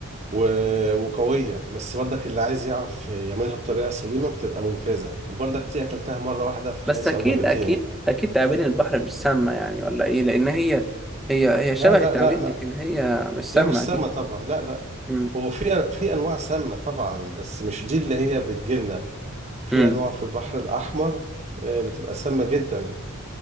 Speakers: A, on the right; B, in the centre.
A: و- وقوية بس برضك اللي عايز يعرف يعملها بطريقة سليمة بتبقى ممتازة وبرضك دي أكلتها مرة واحدة في حياتي
B: بس أكيد
A: أو مرتين
B: أكيد أكيد تعابين البحر مش سامة يعني ولا إيه لأن هي هي
A: لا
B: هي شبه
A: لا
B: التعابين
A: لا لا
B: لكن هي مش سامة
A: لا مش
B: أكيد
A: سامة طبعا لا لا
B: مم.
A: هو في في أنواع سامة طبعا بس مش دي اللي هي بتجيلنا في
B: مم.
A: أنواع في البحر الأحمر آه، بتبقى سامة جدا